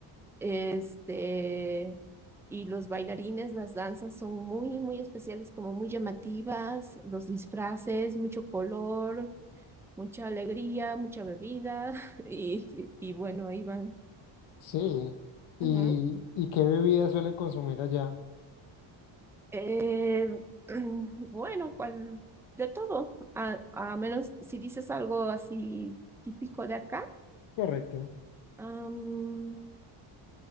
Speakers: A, in the centre; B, on the left (about 65°).
A: Este, y los bailarines, las danzas son muy, muy especiales, como muy llamativas, los disfraces, mucho color, mucha alegría, mucha bebida <laughs> y, y- y bueno, ahí van.
B: Sí. ¿Y,
A: Ujú.
B: y qué bebidas suelen consumir allá?
A: Eh, <clears throat> bueno, cual, de todo, a, a menos si dices algo así típico de acá.
B: Correcto.
A: am,